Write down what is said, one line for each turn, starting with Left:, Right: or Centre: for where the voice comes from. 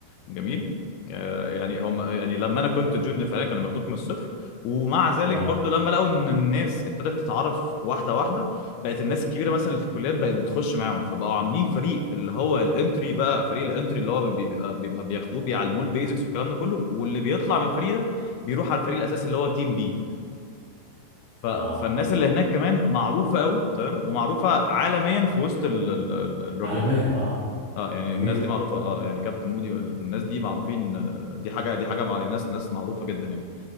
Left: جميل آه، يعني هم يعني لما انا كنت جونيور فعلا كانوا بياخدوك من الصفر ومع ذلك
Right: اه
Left: برضو لما لقوا ان الناس ابتدت تتعرف واحده واحده بقت الناس الكبيره مثلا اللي في الكليات بقت بتخش معاهم فبقوا عاملين فريق اللي هو الانتري بقى فريق الانتري اللي هو بيبقى بيبقى بياخدوه بيعلموه البيزكس والكلام ده كله واللي بيطلع من الفريق ده بيروح على الفريق الاساسي اللي هو تيم بي ف...
Right: اه
Left: فالناس اللي هناك كمان معروفه قوي تمام ومعروفه عالميا في وسط ال... ال... ال- الرugby
Right: عالمية اه
Left: اه يعني
Right: جميل
Left: الناس دي معروفه اه يعني كابتن مودي والناس دي معروفين آه، دي حاجه دي حاجه مع ناس ناس معروفه جدا يعني